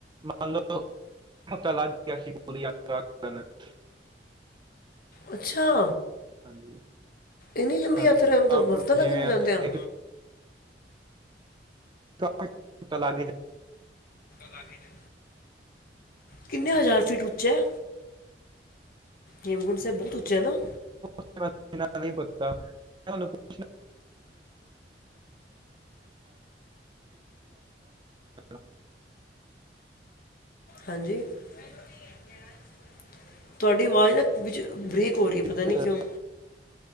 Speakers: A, on the right; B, on the left.
A: ਮੰਨ ਲਓ <inaudible> ਹਫਤਾ ਲਗ ਗਿਆ ਸੀ ਪੂਰੀ ਯਾਤਰਾ ਜਾਣ ਵਿਚ
B: ਅੱਛਾ!
A: ਹਾਂਜੀ
B: ਐਨੀ ਲੰਬੀ
A: ਹਾਂਜੀ
B: ਯਾਤਰਾ
A: ਆਪ
B: ਹਫ਼ਤਾ ਲਗਿਆ
A: ਜਿਵੇਂ
B: ਜਾਂਦਿਆ?
A: ਅਸੀਂ ਟ ਪਤਾ ਲਗ ਹੀ ਜਾਂਦਾ <inaudible>
B: ਲਾਗੇ ਜੇ? ਕਿੰਨੇ ਹਜ਼ਾਰ ਫੀਟ ਉਚੈ? ਹੇਮਕੁੰਡ ਸਾਹਿਬ ਬਹੁਤ ਉੱਚਾ ਐਨਾਂ!
A: <unintelligible> ਨੀਂ ਪਤਾ ਮੈਂ ਤੁੂੰਆਣੂ ਪੁੱਛਣਾ <inaudible> <inaudible> <inaudible>
B: ਹਾਂਜੀ <unintelligible> ਤੁਹਾਡੀ ਆਵਾਜ਼ ਨਾ ਵਿੱਚ ਬਰੇਕ ਹੋ ਰਹੀ ਹੈ ਪਤਾ
A: ਇੱਕ,
B: ਨੀ ਕਿਉ?
A: ਅ,